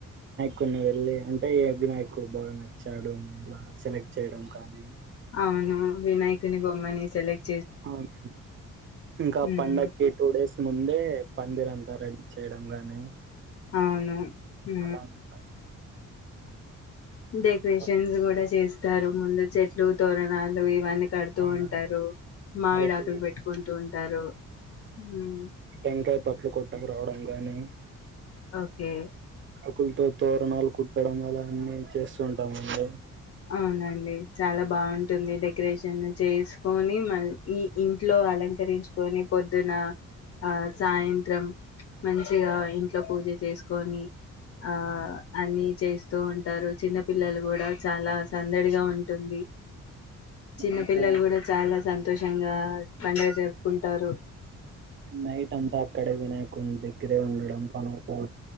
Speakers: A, on the right; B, on the left.
A: కొన్ని వెళ్ళి అంటే ఎ వినాయకుడు బాగా నచ్చాడుని అలా సెలెక్ట్ చేయడం కానీ
B: అవును వినాయకుని బొమ్మని సెలక్
A: అవును ఇంకా
B: ఉమ్,
A: పండక్కి టూ డేస్ ముందే పందిర అంతా రెడీ చేయడం గాని
B: అవును హు
A: అలా అంతా
B: డెకరేషన్స్
A: ఇంకా
B: కూడా చేస్తారు. ముందు చెట్లు తోరణాలు ఇవన్నీ కడుతూ
A: అవునండి
B: ఉంటారు మామిడాకులు
A: అలాటి
B: పెట్టుకుంటూ ఉంటారు మ్మ్
A: టంకాయ పట్ల కొట్టకు రావడం కాగానీ
B: ఓకే
A: అకులుతో తర నాలుకు ఇక్కడం అలా అన్ని చేస్తుంటామ్ అండి
B: అవునండి చాలా బాగుంటుంది. డెకరేషన్ చేసుకొని, మ ఈ ఇంట్లో అలంకరించుకొని పొద్దున, ఆ సాయంత్రం మంచిగా ఇంట్లో పూజ. చేసుకొని ఆ
A: అండ్
B: అన్ని చేస్ తూ ఉంటారు చిన్న పిల్లలు కూడా చాలా సందడిగా ఉంటుంది చిన్నపిల్లలు
A: ఇంకా
B: కూడా చాలా సంతోషంగా పండగ జరుపుకుంటారు
A: నైట్ అంతా అక్కడే వినాయకుని దగ్గరే ఉండడం పను కోడ్